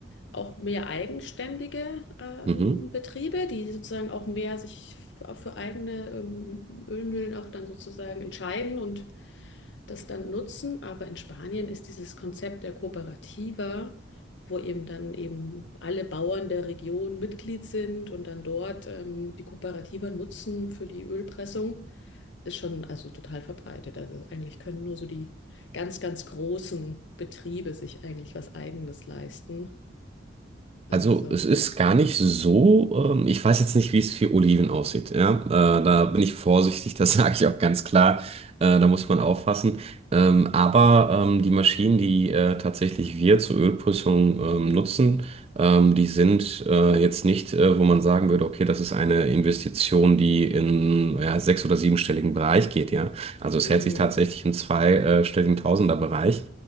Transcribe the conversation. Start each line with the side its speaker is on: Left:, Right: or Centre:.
Left: auch mehr eigenständige ähm,
Right: mhm.
Left: Betriebe, die sozusagen auch mehr sich f- für eigene ähm, Ölmühlen auch dann sozusagen entscheiden und das dann nutzen. Aber in Spanien ist dieses Konzept der Kooperativa, wo eben dann eben alle Bauern der Region Mitglied sind und dann dort ähm, die Kooperativa nutzen für die Ölpressung, ist schon also total verbreitet. Also eigentlich können nur so die ganz, ganz großen Betriebe sich eigentlich was Eigenes leisten. Also,
Right: Also es ist gar nicht so, ähm, ich weiß jetzt nicht, wie es für Oliven aussieht. Ja? Äh, da bin ich vorsichtig, das <laughs> sage ich auch ganz klar. Äh, da muss man aufpassen. Ähm, aber ähm, die Maschinen, die äh, tatsächlich wir zur Ölprüfung ähm, nutzen, ähm, die sind äh, jetzt nicht, äh, wo man sagen würde, okay, das ist eine Investition, die in ja, sechs- oder siebenstelligen Bereich geht. Ja? Also es
Left: mhm,
Right: hält sich tatsächlich im zweistelligen Tausenderbereich.